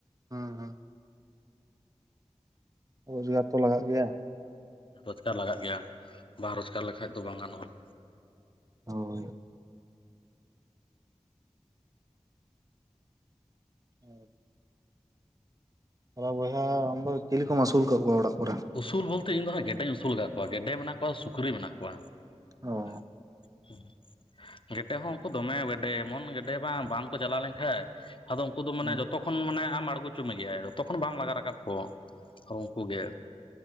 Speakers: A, on the right (about 30°); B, on the left (about 45°).
A: ᱦᱚᱸ ᱦᱚᱸ ᱨᱚᱡᱽᱜᱟᱨ ᱛᱚ ᱞᱟᱜᱟᱜ ᱜᱮᱭᱟ᱾
B: ᱨᱚᱡᱽᱜᱟᱨ ᱞᱟᱜᱟᱜ ᱜᱮᱭᱟ, ᱵᱟᱝ ᱨᱚᱡᱽᱜᱟᱨ ᱞᱮᱠᱷᱟᱡ ᱫᱚ ᱵᱟᱝ ᱜᱟᱱᱚᱜᱼᱟ᱾
A: ᱦᱳᱭ, <unintelligible> ᱛᱟᱞᱟ ᱵᱚᱭᱦᱟ ᱟᱢᱫᱚ ᱪᱤᱞᱤ ᱠᱚᱢ ᱟᱹᱥᱩᱞ ᱠᱟᱜ ᱠᱚᱣᱟ ᱚᱲᱟᱜ ᱠᱚᱨᱮ?
B: ᱩᱥᱩᱞ ᱵᱚᱞᱛᱮ ᱤᱧ ᱫᱚ ᱦᱟᱸᱜ ᱜᱮᱰᱮᱧ ᱟᱹᱥᱩᱞ ᱟᱠᱟᱫ ᱠᱚᱣᱟ ᱜᱮᱰᱮ ᱢᱮᱱᱟᱜ ᱠᱚᱣᱟ, ᱥᱩᱠᱨᱤ ᱢᱮᱱᱟᱜ ᱠᱚᱣᱟ᱾
A: ᱚ
B: <unintelligible> ᱜᱮᱰᱮ ᱦᱚᱸ ᱩᱱᱠᱩ ᱫᱚᱢᱮ ᱜᱮᱰᱮ ᱮᱢᱚᱱ ᱜᱮᱰᱮ ᱵᱟᱝ ᱵᱟᱸᱱ ᱠᱚ ᱪᱟᱞᱟᱣ ᱞᱮᱱᱠᱷᱟᱡ ᱟᱫᱚ ᱩ ᱩᱱᱠᱩ ᱫᱚ ᱢᱟᱱᱮ
A: ᱦᱩᱸ
B: ᱡᱚᱛᱚ ᱠᱷᱚᱱ ᱢᱟᱱᱮ ᱟᱢ ᱟᱬᱜᱚᱪᱚ ᱢᱮᱜᱮᱭᱟᱭ, ᱡᱚᱛᱚ ᱠᱷᱚᱱ ᱵᱟᱢ ᱞᱟᱜᱟ ᱨᱟᱠᱟᱵ ᱠᱚ ᱩᱱᱠᱩ ᱜᱮ᱾